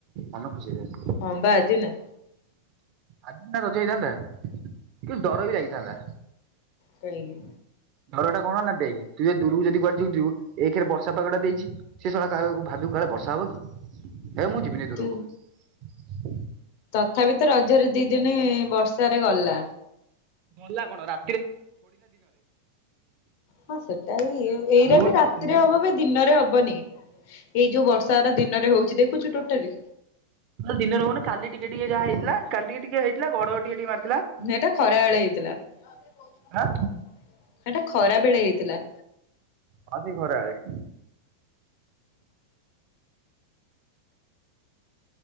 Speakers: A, on the right; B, on the left.
A: ମନ ଖୁସି ହେଇ ଯାଇଛି।
B: ହଁ ବା ଆଜି ନ।
A: ଆଜି ସିନା ରଜ ହେଇଥାନ୍ତା କିନ୍ତୁ ଡର ବି ଲାଗିଥାନ୍ତା।
B: କାହିଁକି?
A: ଘର ଟା କଣ ନା ଦେଖ ତୁ ଯ ଦୂରକୁ ଯଦି କୁଆଡେ ଯିବୁ ଯିବୁ ଏକରେ ବର୍ଷା ପାଗଟା ଦେଇଛି ସେ ଶଳା କାହାକୁ ଭାବିବ କାଳେ ବର୍ଷା ହବ କି? ଏ ମୁଁ ଯିବିନି ଦୂରକୁ।
B: ତୁ ତଥାପି ତ ରଜରେ ଦି ଦିନି ବର୍ଷାରେ ଗଲା।
A: ମଲା କଣ ରା
B: ହଁ ସେଟା ବି ଏଇଟା
A: ମୋର
B: ବି
A: ତ
B: ରାତିରେ
A: ମୋର
B: ହବ ବା ଦିନରେ ହବନି। ଏଇ ଯୋଉ ବର୍ଷା ଗୁରା ଦିନରେ ହଉଛି ଦେଖୁଛୁ ଟୋଟାଲି।
A: ଦିନରେ ରହୁନି କାଲି ଟିକେ ଟିକେ ଯାହା ହେଇଥିଲା କାଲି ଟିକେ ଟିକେ ହେଇ ଏ ଘଡ ଘଡି ଟିକେ ମାରିଥିଲା।
B: ଏଇଟା ଖରା ବେଳେ ହେଇଥିଲା ସେଟା
A: ଆଁ
B: ଖରା ବେଳେ ହେଇ ଥିଲା।
A: ହଁ ସେ ଖରା ବେଳେ।